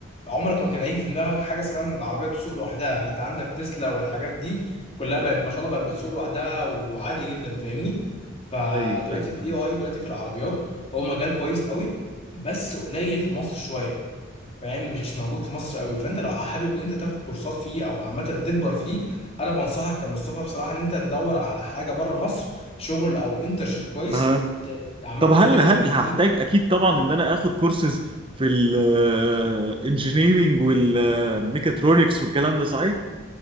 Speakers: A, on the left; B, on the right.
A: عمرك ما كان هيجي في دماغك حاجة اسمها ان العربية تسوق لوحدها يعني انت عندك تسلا والحاجات دي كلها بقت ما شاء الله بقت بتسوق لوحدها وعادي جدا فاهمني فدلوقتي
B: ايوه ايوه
A: الاي
B: فهمت
A: اي دلوقتي في العربيات هو مجال كويس قوي بس قليل في مصر شوية فاهم مش موجود في مصر قوي فانت لو حابب ان انت تاخد كورسات فيه او عامه تكبر فيه انا بنصحك كمصطفى بصراحه ان انت تدور على حاجه بره مصر شغل او انترشيب كويس
B: ما
A: ت- عامه
B: طب
A: تفهم
B: هل هل
A: المجال
B: هحتاج اكيد طبعا ان انا اخد كورسز في الانجينيرينج والميكاترونكس والكلام ده صحيح